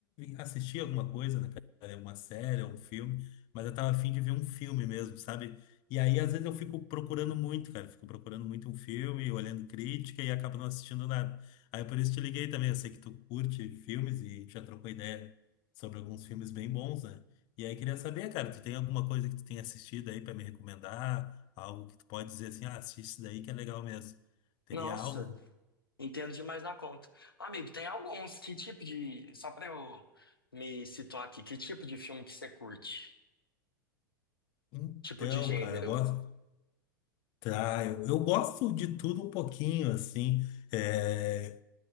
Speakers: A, on the left; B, on the left.
A: assistir alguma coisa, né, cara, uma série, um filme, mas eu tava a fim de ver um filme mesmo, sabe? E aí, às vezes, eu fico procurando muito, cara. Fico procurando muito um filme, olhando crítica e acabo não assistindo nada. Aí, por isso, te liguei também. Eu sei que tu curte filmes e já trocou ideia sobre alguns filmes bem bons, né? E aí queria saber, cara, tu tem alguma coisa que tu tem assistido aí pra me recomendar? Algo que tu pode dizer assim, ah, assiste isso daí que é legal mesmo. Teria
B: Nossa,
A: algo?
B: entendo demais da conta. Amigo, tem alguns. Que tipo de. Só pra eu me situar aqui, que tipo de filme que você curte?
A: Então,
B: Tipo de gênero?
A: cara, eu gosto. Tá, eu, eu gosto de tudo um pouquinho, assim. É,